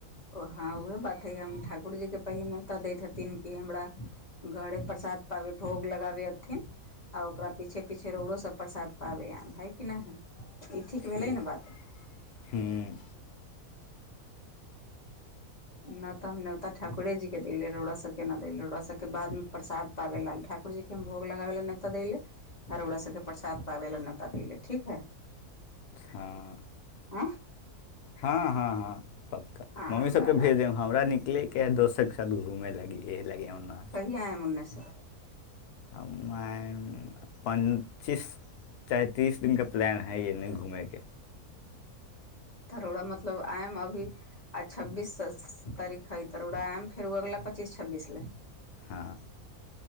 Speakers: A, on the left; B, on the left.
A: ओ हँ, उएह बात हइ, हम ठाकुरजीके पहिने नेवता दै हथिन कि हमरा घरे प्रसाद पाबै भोग लगाबै एथिन आ ओकरा पीछे पीछे रोडो सभ प्रसाद पाबै आम हइ कि नहि हइ ई
B: ठीक
A: भेलै
B: हइ
A: न बात
B: हूँ
A: न तऽ हम ने ओता ठाकुरे जी के देलले रोड़ा सब के न देले रोड़ा सब के बाद मे प्रसाद पाबे लाल ठाकुर जी के भोग लगाबे ल नेता दै ले आर ओकरा सबके प्रसाद पाबे ला नेता द ले ठीक है <unintelligible>
B: हँ
A: आँ
B: हँ हँ हँ पक्का
A: आ
B: मम्मी सभके भेज देब हमरा निकलैके हइ दोस्तरके साथ घूमय लागी इएह लागी हम न
A: कमन्नेसँ
B: हम प्चीस चैतीस दिनक प्लान हय एने घूमयके
A: धरोड़ा मतलब आयम अभी आ छब्बीस तारीख हइ तरोड़ आम फेर ओ अगलाा पच्चीस छब्बीस लए
B: हँ